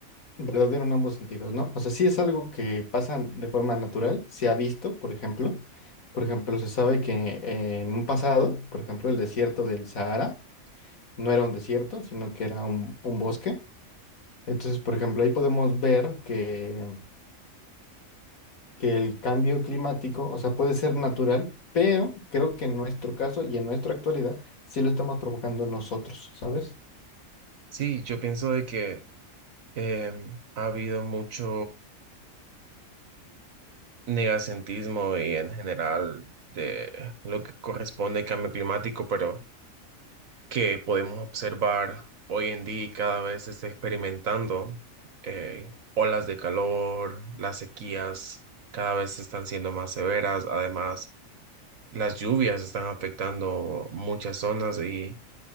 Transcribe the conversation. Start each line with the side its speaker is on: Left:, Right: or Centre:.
Left: verdadero en ambos sentidos, ¿no? O sea, sí es algo que pasa de forma natural, se ha visto, por ejemplo. Por ejemplo, se sabe que eh, en un pasado, por ejemplo, el desierto del Sahara, no era un desierto, sino que era un, un bosque. Entonces, por ejemplo, ahí podemos ver que, que el cambio climático, o sea, puede ser natural, pero creo que en nuestro caso y en nuestra actualidad sí lo estamos provocando nosotros, ¿sabes?
Right: Sí, yo pienso de que em, ha habido mucho negacentismo y en general de lo que corresponde al cambio climático, pero que podemos observar hoy en día y cada vez se está experimentando eh, olas de calor, las sequías cada vez están siendo más severas, además las lluvias están afectando muchas zonas y